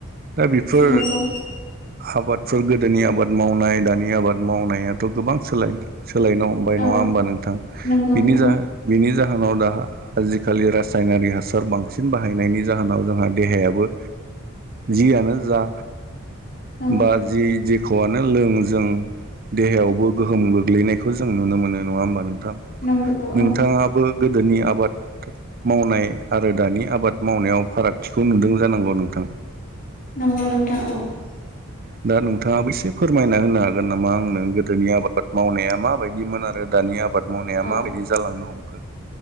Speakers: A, on the right (about 45°); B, on the left (about 40°).
A: दा बेफोर
B: नंगौ
A: आबादफोर गोदोनि आबाद मावनाय दानि आबाद मावनायाथ' गोबां सोलाय सोलायनो हमबाय
B: औ
A: नङा होमबा नों थां
B: नंगौ
A: बिनि जाहो
B: औ
A: बिनि जाहोनाव दा आजिखालि रा सायनारि हासार बांसिन बाहायनायनि जाहोनाव जोंहा देहायाबो जियानो जा
B: औ
A: बा जि जि खौआनो लों जों देहायावबो गोहोम गोग्लैनायखौ जों नुनो मोनो नङा होमबा नों थां
B: नंगौ
A: नोंथाङाबो
B: औ
A: गोदोनि आबाद मावनाय आरो दानि आबाद मावनायाव फारागथिखौ नुदों जानांगौ नोंथां
B: नंगौ नोंथां औ
A: दा नोंथाङाबो एसे फोरमायना होनो हागोन नामा आंनो गोदोनि आबाद मावनाया माबायदिमोन आरो दानि आबाद मावनाया
B: औ
A: माबायदि जालांनो हमखो